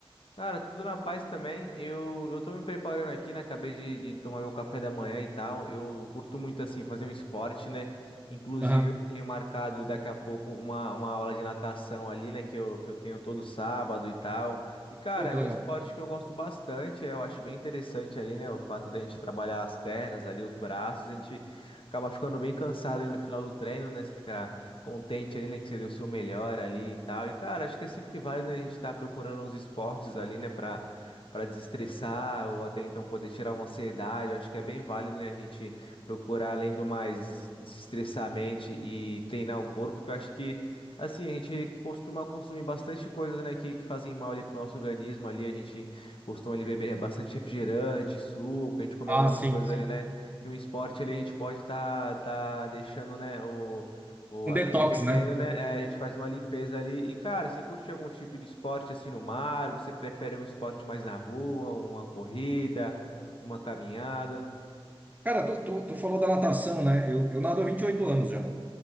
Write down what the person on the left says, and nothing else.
Cara, tudo na paz também. Eu, eu tô me preparando aqui, né? Acabei de, de tomar meu café da manhã e tal. Eu curto muito, assim, fazer um esporte, né? Inclusive,
eu tenho marcado daqui a pouco uma, uma aula de natação ali, né? Que eu, que eu tenho todo sábado e tal. E, cara,
é
um esporte que eu gosto bastante. é, Eu acho bem interessante ali, né? O fato da gente trabalhar as pernas ali, os braços. A gente acaba ficando bem cansado ali no final do treino, né? Você fica. contente ali, né? Que você deu o seu melhor ali e tal. E, cara, acho que é sempre válido, né, a gente estar procurando uns esportes ali, né? Pra, pra desestressar ou até então poder tirar uma ansiedade. Eu acho que é bem válido, né? A gente procurar, além do mais, desestressar a mente e treinar o corpo, porque eu acho que. Assim, a gente costuma consumir bastante coisas, né, que, que fazem mal ali pro nosso organismo ali, a gente costuma ali beber bastante refrigerante, suco, a gente come
algumas
coisas
ali, né, que um esporte ali a gente pode tá, tá deixando, né, Boa,
dependendo,
né? é, a gente faz uma limpeza ali. E, cara, você curte algum tipo de esporte assim no mar? Você prefere um esporte mais na rua, uma corrida, uma caminhada?